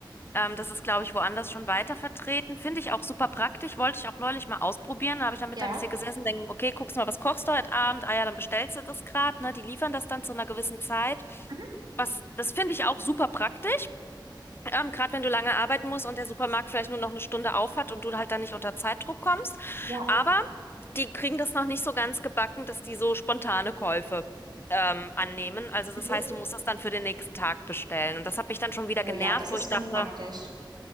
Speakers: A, on the left; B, on the right.
A: Ähm, das ist, glaube ich, woanders schon weiter vertreten. Finde ich auch super praktisch. Wollte ich auch neulich mal ausprobieren. Da habe ich am Mittags
B: ja,
A: hier gesessen, denke, okay, guckst mal, was kochst du heute Abend? Ah ja, dann bestellst du das gerade, ne? Die liefern das dann zu einer gewissen Zeit.
B: mhm,
A: Was, das finde ich auch super praktisch. Ähm, gerade wenn du lange arbeiten musst und der Supermarkt vielleicht nur noch eine Stunde auf hat und du halt dann nicht unter Zeitdruck kommst.
B: ja.
A: Aber die kriegen das noch nicht so ganz gebacken, dass die so spontane Käufe ähm, annehmen. Also das
B: Nee.
A: heißt, du musst das dann für den nächsten Tag bestellen. Und das hat mich dann schon wieder
B: Oh
A: genervt,
B: ja, das
A: wo
B: ist
A: ich dachte,
B: unpraktisch.